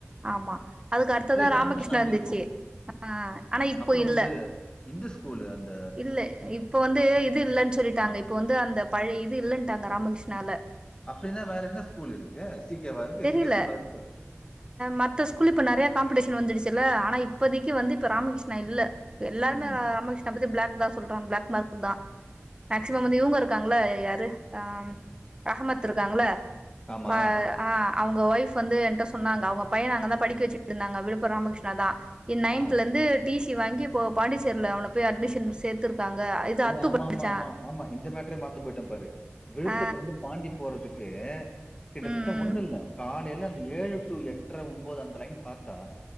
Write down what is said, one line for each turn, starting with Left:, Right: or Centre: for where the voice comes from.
Right: ஆமா அதுக்கு அடுத்ததா
Left: ராமகிருஷ்ணாவும்
Right: ராமகிருஷ்ணா இருந்துச்சு
Left: இருக்கும்.
Right: ஆ ஆனா இப்போ
Left: அப்புறம்
Right: இல்ல
Left: வந்து இந்த ஸ்கூல் அந்த
Right: இல்ல இப்ப வந்து இது இல்லன்னு சொல்லிட்டாங்க
Left: ஆ
Right: இப்போ வந்து அந்த பழைய இது இல்லன்ட்டாங்க ராமகிருஷ்ணால
Left: அப்டின்னா வேற என்ன ஸ்கூல் இருக்கு சீ கே வா இருக்கு
Right: தெரில
Left: சி கே ஸ்கூலா இருக்கு
Right: மத்த ஸ்கூல் இப்ப நெறைய காம்படிஷன் வந்துடுச்சுல்ல ஆனா இப்பதைக்கு வந்து இப்ப ராமகிருஷ்ணா இல்ல இப்ப எல்லாமே
Left: ம்.
Right: ராமகிருஷ்ணா பத்தி ப்ளாக் தா சொல்றாங்க ப்ளாக் மார்க்குந்தா மேக்சிமம் வந்து இவுங்க இருக்காங்களா யாரு ஆ ரகஹமத் இருக்காங்களா
Left: ஆமா.
Right: ஆ ஆ அவுங்க ஒய்ஃப் வந்து என்ட்ட சொன்னாங்க அவுங்க பைய அங்கதா படிக்க வச்சுட்டு இருந்தாங்க விழுப்புரோ ராமகிருஷ்ணா தா இ நைன்த்ல
Left: ஆ.
Right: இருந்து டீசி வாங்கி இப்ப பாண்டிச்சேர்ல அவன போய் அட்மிஷன் சேத்திருக்காங்க இது
Left: ஏ
Right: அத்து
Left: ஆமா
Right: படிச்சா
Left: ஆமா ஆமா ஆமா இந்த மேட்ரே மறந்து போயிட்டே பாரு விழுப்பத்துல
Right: ஆ
Left: இருந்து பாண்டி போறதுக்கு கிட்டத்தட்ட
Right: ம்
Left: ஒண்ணு இல்ல காலையில அந்த ஏழு டு எட் ட்ற ஒன்பது அந்த லைன் பாத்தா